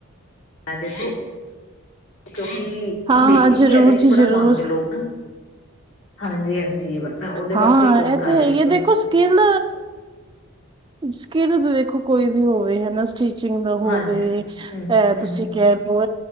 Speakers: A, on the left (about 70°); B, on the right (about 20°).
A: <unintelligible> ਕਿਉਂਕਿ
B: ਹਾਂ
A: ਹੁਣ ਦੇਖ
B: ਹਾਂ ਜ਼ਰੂਰ
A: ਕੇ ਇਹਦੇ ਚ
B: ਜੀ
A: ਬੜਾ
B: ਜ਼ਰੂਰ
A: ਮਨਦੇ ਲੋਕ ਹਾਂਜੀ ਹਾਂਜੀ ਬਸ ਮੈਂ ਉਹਦੇ ਵਾਸਤੇ
B: ਹਾਂ
A: ਫੋਨ
B: ਇਹ
A: ਕਰ
B: ਤਾਂ ਹੈ
A: ਰਹੀ
B: ਯ
A: ਸੀ ਤੁਹਾਨੂੰ
B: ਦੇਖੋ ਸਕਿੱਲ ਸਕਿੱਲ ਦੇਖੋ ਕੋਈ ਵੀ ਹੋਵੇ ਹਨਾ ਟੀਚਿੰਗ ਦਾ ਹੋਵੇ
A: ਹਾਂਜੀ।
B: ਇਹ
A: ਹੂੰ, ਹੂੰ-ਹੂੰ।
B: ਤੁਸੀਂ ਕਹਿ ਲਓ